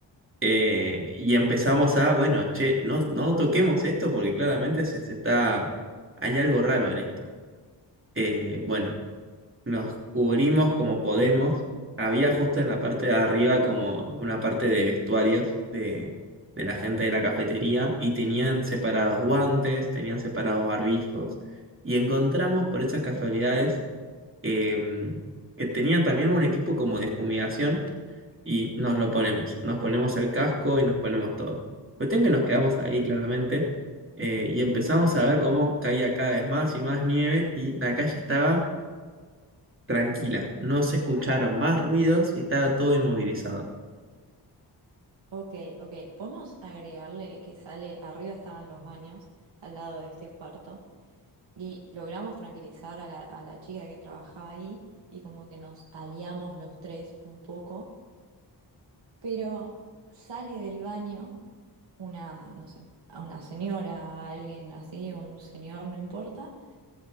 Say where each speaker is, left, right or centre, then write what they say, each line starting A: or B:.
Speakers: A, on the right (about 30°); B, on the right (about 80°).
A: eh, y empezamos a, bueno, che, no, no toquemos esto porque claramente se, se está, hay algo raro en esto. Eh, bueno. Nos cubrimos como podemos. Había justo en la parte de arriba como una parte de vestuarios de, de la gente de la cafetería y tenían separados guantes, tenían separados barbijos. Y encontramos por esas casualidades em, que tenían también un equipo como de fumigación y nos lo ponemos. Nos ponemos el casco y nos ponemos todo. Cuestión que nos quedamos ahí claramente eh, y empezamos a ver cómo caía cada vez más y más nieve y la calle estaba Tranquila, no se escucharon más ruidos y estaba todo inmovilizado.
B: Ok, ok, podemos agregarle que sale, arriba estaban los baños, al lado de este cuarto, y logramos tranquilizar a la, a la chica que trabajaba ahí y como que nos aliamos los tres un poco, pero sale del baño una, no sé, a una señora, a alguien así, un señor, no importa